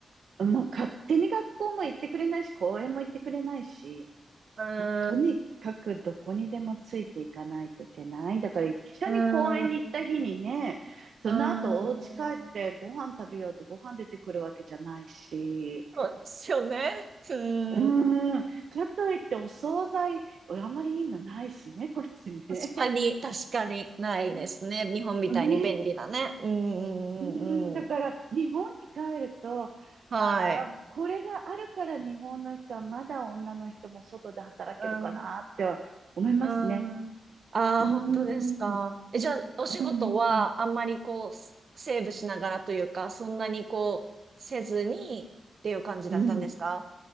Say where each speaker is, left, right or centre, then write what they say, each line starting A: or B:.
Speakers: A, on the right; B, on the right.
A: もう勝手に学校も行ってくれないし、公園も行ってくれないし。
B: うーん、
A: もうとにかくどこにでもついていかないといけない。だから一緒に公園に行った日にね、
B: うーん、
A: その後お家帰ってご飯食べようってご飯出てくるわけじゃないし、
B: うーん。そうですよね。うーん。
A: うーん、かといってお惣菜、あまりいいのないしね、こっちね。
B: 確かに、確かにないですね。
A: <laughs>
B: 日本みたいに便利なね。
A: ね、
B: うん、うん、
A: うーん、
B: うん、
A: だから日本に帰ると、
B: うん。はい。
A: ああ、これがあるから日本の人はまだ女の人も外で働けるかなって
B: うん。
A: 思いますね。
B: うん。ああ、
A: うーん。
B: 本当ですか。え、じゃあ、お仕事はあんまりこう、
A: うんうん
B: セセーブしながらというか、そんなにこう、せずにっていう感じだったんですか
A: うん。